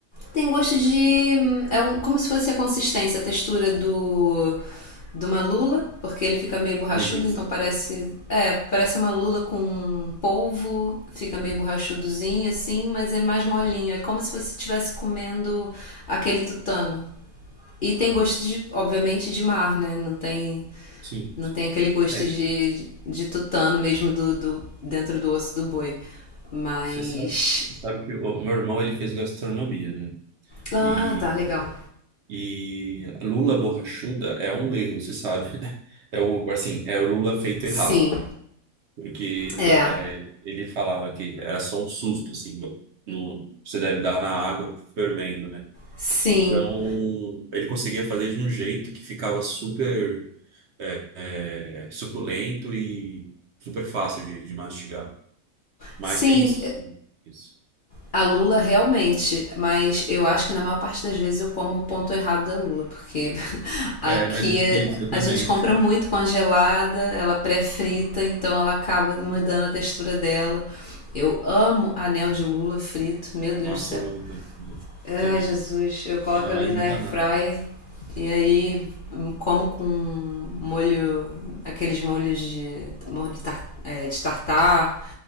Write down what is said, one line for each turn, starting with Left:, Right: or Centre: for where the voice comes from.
Left: tem gosto de. hum, É um, como se fosse a consistência, a textura do. De uma lula, porque ele fica meio borrachudo,
Right: Delícia.
Left: então parece. É, parece uma lula com polvo, fica meio borrachudozinho assim, mas é mais molinho. É como se você estivesse comendo aquele tutano. E tem gosto de, obviamente, de mar, né? Não tem.
Right: Sim.
Left: Não tem aquele gosto
Right: É,
Left: de, de tutano mesmo do, do, dentro do osso do boi. Mas.
Right: você sabe, você sabe que o, o meu irmão, ele fez gastronomia, né?
Left: Ah,
Right: e
Left: tá, legal.
Right: E lula borrachuda é um erro, você sabe. <laughs> né? É o, assim, é o Lula feito
Left: Sim,
Right: errado. Porque
Left: É,
Right: tem- é, ele falava que era só um susto, assim, no, você deve dar na água fervendo, né?
Left: sim,
Right: Então, ele conseguia fazer de um jeito que ficava super é, é, suculento e super fácil de, de mastigar. Mas
Left: sim,
Right: tem isso, sim, isso.
Left: a lula realmente, mas eu acho que na maior parte das vezes eu como o ponto errado da lula, porque <laughs> aqui
Right: É, mas é difícil,
Left: é-
Right: eu
Left: a
Right: também.
Left: gente compra muito congelada, ela pré-frita, então ela acaba mudando a textura dela. Eu amo anel de lula frito, meu Deus
Right: Nossa,
Left: do céu.
Right: eu amo também.
Left: Ai,
Right: Também.
Left: Jesus, eu coloco
Right: Ainda
Left: ali
Right: mais
Left: na
Right: empanado.
Left: airfryer e aí como com molho, aqueles molhos de molho de, tar, é, de tartar,